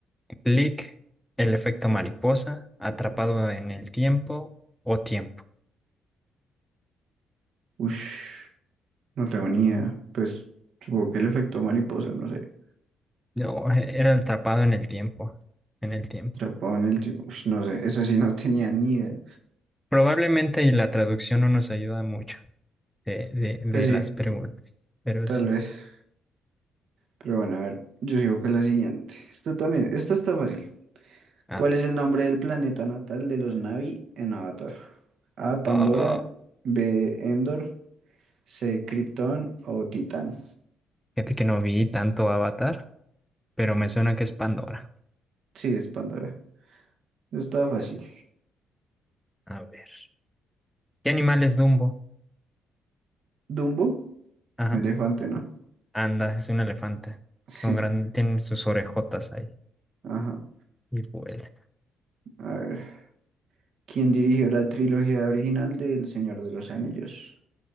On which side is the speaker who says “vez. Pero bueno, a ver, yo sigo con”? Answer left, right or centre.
Right